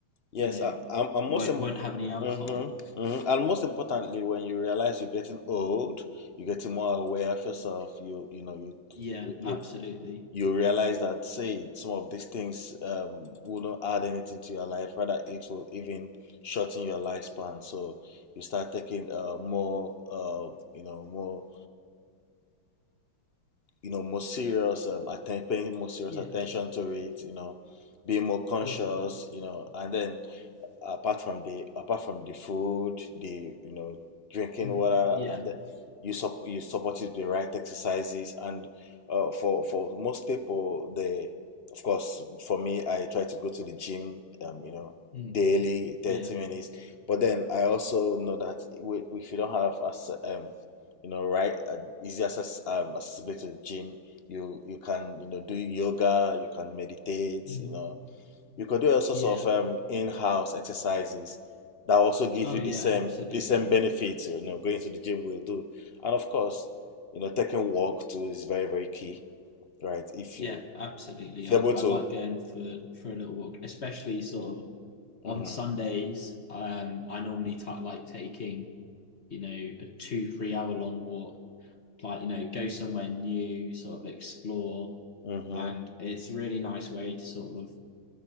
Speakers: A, on the left; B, on the left.
A: yes.
B: you know
A: I, I'm, I'm
B: won't
A: most im-
B: won't have any alcohol
A: Mm-hmm, mm-hmm. And most importantly, when you realize you're getting old, you're getting more aware of yourself. You you know you
B: yeah
A: you, you
B: absolutely
A: you realize that say some of these things um will not add anything to your life rather it will even shorten your lifespan so you start taking uh more uh you know more you know more serious um atten- paying more serious
B: yeah
A: attention to it you know being more conscious
B: yeah
A: you know and then apart from the apart from the food, the you know drinking
B: Mm,
A: water,
B: yeah.
A: and you sup you support it with the right exercises. And uh, for for most people, they of course for me, I try to go to the gym, um, you know,
B: Mm,
A: daily, thirty
B: yeah.
A: minutes. But then I also know that if you don't have as um you know right uh, easy access um accessibility to the gym, you you can you know do yoga, you can meditate,
B: Mm,
A: you know you could do all sorts
B: yeah.
A: of um, in-house exercises that also give
B: Oh
A: you
B: yeah,
A: the same
B: absolutely.
A: the same benefits. You know, going to the gym will do, and of course, you know, taking walk too is very very key, right? If
B: Yeah,
A: you
B: absolutely.
A: if you're
B: I
A: able
B: I
A: to,
B: like going for for a little walk, especially sort of
A: mm-hmm,
B: on Sundays. Um, I normally ta like taking, you know, a two, three hour long walk, like, you know, go somewhere new, sort of explore.
A: mm-hmm,
B: And it's a really nice way to sort of